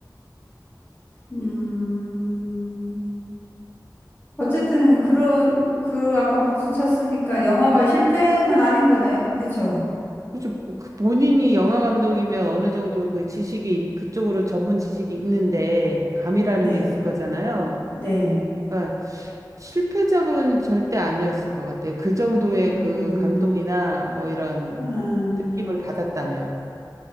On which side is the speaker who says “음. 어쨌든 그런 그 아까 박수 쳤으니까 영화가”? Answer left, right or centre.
Left